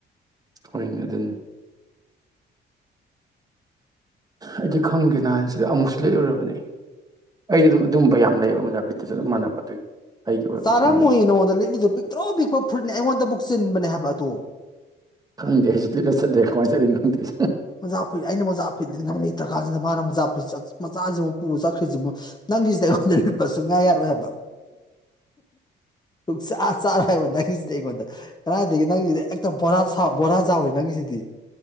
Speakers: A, on the right; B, on the left.
A: ꯍꯣꯏꯅꯦ ꯑꯗꯨꯅꯤ ꯑꯩꯗꯤ ꯈꯪꯒꯦ ꯅꯍ ꯍꯥꯏꯥꯟꯁꯤꯗ ꯑꯃꯨꯛꯁꯨ ꯂꯦꯠꯂꯨꯔꯕꯅꯦ ꯑꯩꯗꯤ ꯑꯗꯨꯝ ꯑꯗꯨꯝꯕ ꯌꯥꯝ ꯂꯩꯕ ꯃꯖꯥꯄꯤꯛꯇꯁꯨ ꯑꯗꯨꯝ ꯃꯥꯟꯅꯕ ꯑꯗꯨꯒꯤ ꯑꯩꯒꯤ ꯑꯣꯏꯕ
B: ꯆꯥꯔꯝꯃꯣꯏꯦ
A: ꯈꯟꯕꯩ
B: ꯅꯉꯣꯟꯗ ꯂꯤꯠꯂꯤꯗꯨ ꯄꯤꯛꯇ꯭ꯔꯣ ꯄꯤꯛꯄ ꯐꯨꯠꯅꯤ ꯑꯩꯉꯣꯟꯗꯕꯨ꯫ ꯆꯤꯟꯕꯅꯦ ꯍꯥꯏꯕ ꯑꯗꯣ꯫
A: ꯈꯪꯗꯦꯁꯨ ꯂꯤꯠ ꯆꯠꯂꯦ ꯀꯃꯥꯏꯟ ꯇꯧꯔꯤꯅꯣ ꯈꯪꯗꯦ ꯑꯩꯁꯨ꯫
B: ꯃꯣꯖꯥ ꯐꯨꯠꯂꯤ ꯑꯩꯅ ꯃꯣꯖꯥ ꯐꯤꯠ ꯂꯩꯅꯤꯡꯉꯥꯏ ꯂꯩꯇ꯭ꯔ ꯀꯥꯟꯁꯤꯗ ꯃꯥꯅ ꯃꯣꯖꯥ ꯐꯨꯁꯤ ꯃꯆꯥꯖꯤꯃꯨꯛ ꯄꯨꯕ ꯆꯈꯔ꯭ꯤꯁꯤꯕꯨ ꯅꯪꯒꯤꯁꯤꯗ ꯑꯩꯉꯣꯟꯗ꯫ ꯂꯤꯠꯄ ꯁꯨꯡ ꯌꯥ ꯌꯥꯔꯣꯏ ꯍꯥꯏꯕ꯫ ꯆꯥ ꯆꯥꯔꯣꯏꯍꯥꯏꯕ ꯅꯪꯒꯤꯁꯤꯗꯤ ꯑꯩꯉꯣꯟꯗ ꯀꯗꯥꯏꯗꯒꯤ ꯅꯪꯒꯤꯁꯤꯗꯤꯛ ꯍꯦꯛꯇ ꯕꯣꯔꯥꯁꯥꯎ ꯕꯣꯔꯥꯖꯥꯎ ꯅꯤ ꯅꯪꯒꯤꯁꯤꯗꯤ꯫